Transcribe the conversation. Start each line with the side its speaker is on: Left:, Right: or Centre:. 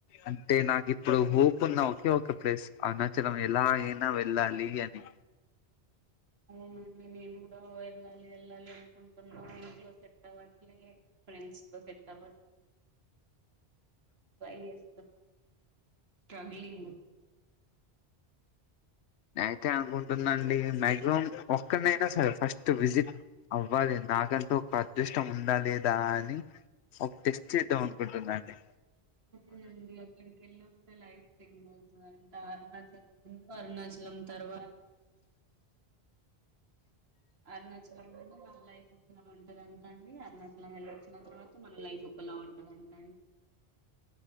Left: అంటే నాకు ఇప్పుడు హోప్ ఉన్న ఒకే ఒక ప్లేస్ అరుణాచలం ఎలా అయినా వెళ్ళాలి అని
Right: అవునండి నేను కూడా వెళ్ళాలి వెళ్ళాలి అనుకుంటున్నాను ఇంట్లో సెట్ అవ్వట్లేదు ఫ్రెండ్స్ తో సెట్ అవ్వట్లే ట్రై చెస్ స్ట్రగలింగ్
Left: నే అయితే అనుకుంటున్నాండి మ్యాక్సిమం ఒక్కడినైనా సరే ఫస్ట్ విజిట్ అవ్వాలి నాకంటా ఒక అదృష్టం ఉందా లేదా అని ఒక టెస్ట్ చేద్దాం అనుకుంటుందండి
Right: అదేనండి అక్కడికిళ్ళి వస్తే లైఫ్ చేం అ అరుణాచలం అరుణాచలం తర్వాత అరుణాచలం వాళ్ లైఫ్ ఒకలా ఉంటదంట అండి అరుణసలం వెళ్ళ వచ్చిన తర్వాత మన లైఫ్ ఒకలా ఉంటదంట అండి.